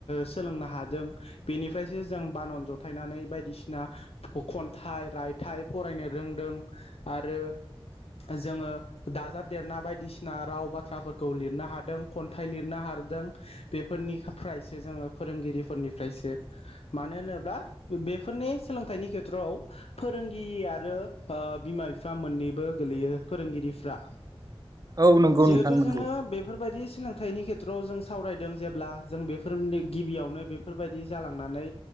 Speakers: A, on the left (about 75°); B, on the right (about 40°).
A: सोलोंनो हादों बेनिफ्रायसो जों बानन जथायनानै बायदिसिना। खन्थाइ रायथाइ फरायनो रोंदों आरो जोङो दाजाबदेरना बायदिसिना राव बाथ्राफोरखौ लिरनो हादों खन्थाइ लिरनो हादों। बेफोरनिफ्रायसो जोङो फोरोंगिरिफोरनिफ्रायसो। मानो होनोब्ला बेफोरनि सोलोंथाइनि खेथ्रआव फोरोंगिरि आरो बिमा बिफा मोननैबो गोलैयो फोरोंगिरिफ्रा।
B: औ नंगौ
A: जिहेथु
B: नोंथां नंगौ
A: जोङो बेफोरबायदि सोलोंथाइनि खेथ्रआव जों सावरायदों जेब्ला जों बेफोरनि गिबियावनो बेफोरबायदि जालांनानै